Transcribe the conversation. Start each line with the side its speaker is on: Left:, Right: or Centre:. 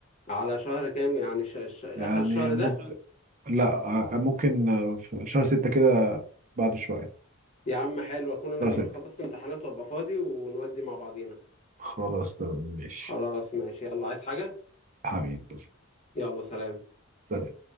Left: على شهر كام يعني ش... ش... اخر
Right: يعني
Left: الشهر
Right: ممكن
Left: ده
Right: لا آه، ممكن آه، في شهر ستة كده بعده شوية
Left: يا عم حلو اكون انا
Right: شهر
Left: كمان
Right: ستة
Left: خلصت امتحانات وابقى فاضي ونودي مع بعضينا
Right: خلاص تمام ماشي
Left: خلاص ماشي يلا عايز حاجة
Right: حبيبي
Left: يلا سلام
Right: سلام